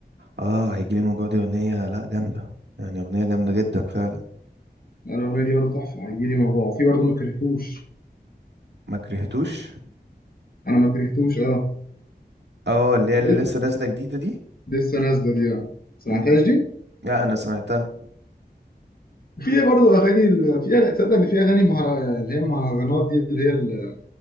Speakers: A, on the right; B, on the left.
A: اه هيجيلي موجوع دي اغنية لا جامدة يعني اغنية جامدة جدا فعلا
B: انا الاغنيه دي برضه تحفه هيجي لي موجوع وفي برضه ما كرهتوش
A: ما كرهتوش
B: انا ما كرهتوش اه
A: اه اللي هي اللي
B: دي
A: لسه نازلة جديدة دي
B: دي لسه نازله دي اه سمعتهاش
A: مم،
B: دي
A: لا انا سمعتها
B: في برضه اغاني ال- في أغاني- تصدق ان في اغاني مهر... اللي هي المهرجانات دي اللي هي ال-